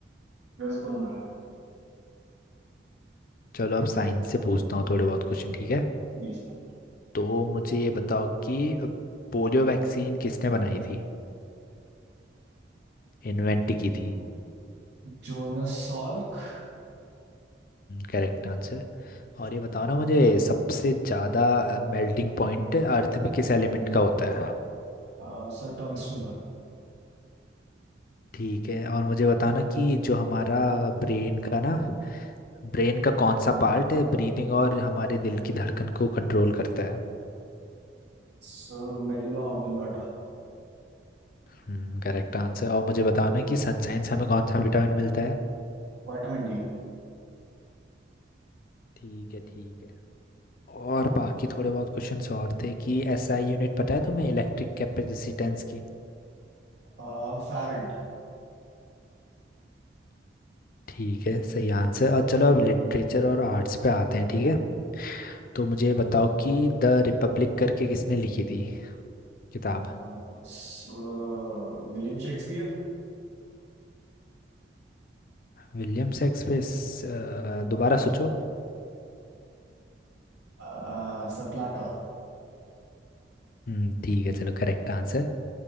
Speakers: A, on the right; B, on the left.
A: वेस्ट बंगाल
B: चलो अब साइंस से पूछता हूँ थोड़े बहुत क्वेश्चन ठीक है
A: जी सर
B: तो मुझे ये बताओ कि पोलियो वैक्सीन किसने बनाई थी इन्वेंट की थी
A: आ, Jonas Salk,
B: Correct answer और ये बताओ ना मुझे सबसे ज़्यादा मेल्टिंग पॉइंट अर्थ में किस एलिमेंट का होता है
A: uh, Sir Tung Snugan,
B: ठीक है और मुझे बताओ ना कि जो हमारा ब्रेन का ना ब्रेन का कौन सा पार्ट है ब्रीदिंग और हमारे दिल की धड़कन को कंट्रोल करता है
A: Sir Medulla Oblongata,
B: हम्म करेक्ट आंसर और मुझे बताओ ना कि सनसाइन से हमें कौन सा विटामिन मिलता है
A: Vitamin D,
B: ठीक है ठीक है और बाकी थोड़े बहुत क्वेश्चंस और थे कि एसआई यूनिट पता है तुम्हें इलेक्ट्रिक कैपेसिटेंस की
A: uh, Farad,
B: ठीक है सही आंसर और चलो अब लिटरेचर और आर्ट्स पे आते हैं ठीक है तो मुझे बताओ कि द रिपब्लिक करके किसने लिखी थी किताब
A: uh, Sir William Shakespeare,
B: विलियम शेक्सपियर स- अ, दोबारा सोचो
A: uh, Sir Plato
B: हम्म ठीक है चलो करेक्ट आंसर